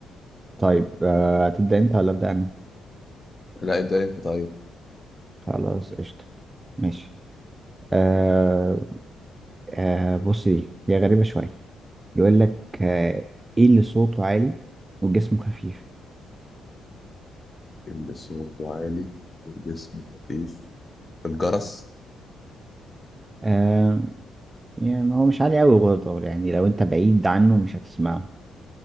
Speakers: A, on the right; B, on the left.
A: طيب آه هتبدأ أنت ولا أبدأ أنا
B: لا ابدأ انت طيب
A: خلاص قشطة ماشي آه آه بص دي هي غريبة شوية بيقول لك آه، ايه اللي صوته عالي وجسمه خفيف
B: اللي صوته عالي والجسم خفيف الجرس
A: آه يعني هو مش عالي قوي برضه يعني لو انت بعيد عنه مش هتسمعه